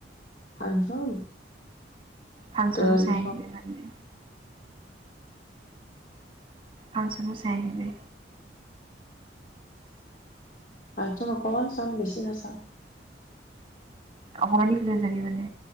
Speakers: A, on the left; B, on the right.
A: ফাংচন
B: ফাংচনো
A: তৰালি
B: চাই আহিবি মানে ফাংচনো চাই আহে
A: ফাংচন অকমান চাম বেছি নাচাম
B: অকমানিক লৈ যাবি মানে